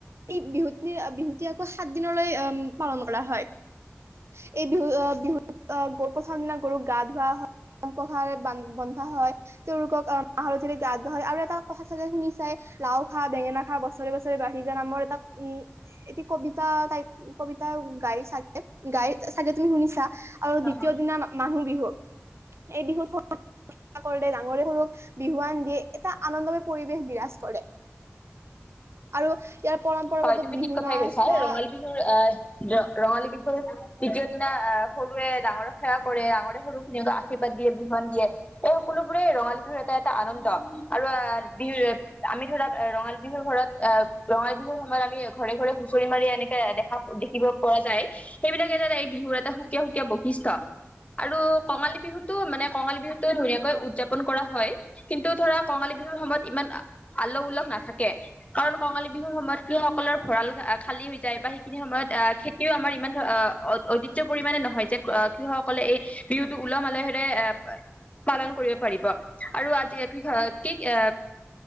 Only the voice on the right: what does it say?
এই বিহুত-বিহুতি আকৌ সাত দিনলৈ পালন কৰা হয়। উ <unintelligible> এই বিহু-বিহুত গৰু সেই দিনা গৰুক গা ধোৱা হয়, নতুন পঘাৰে বন্ধা হয়, তেওঁলোকক মা-হালধীৰে গা ধোৱা হয়, আৰু এক কথা চাগে শুনি চাই, লাও-খা, বেঙেনা-খা খা বছৰে-বছৰে বাঢ়ি যা, আমাৰ এটা, উম, এটি কবিতা টাইপ কবিতা গাই চাগে গাই চাগে, তুমি শুনিছা আৰু
দ্বিতীয় দিনা মানুহ বিহু এই বিহুত, সকলোৱে যে ডাঙৰে-সৰুক বিহুৱান দিয়ে, এটা আনন্দময় পৰিৱেশ বিৰাজ কৰে। আৰু ইয়াৰ পৰম্পৰাগত
বিহু
নাচ
বা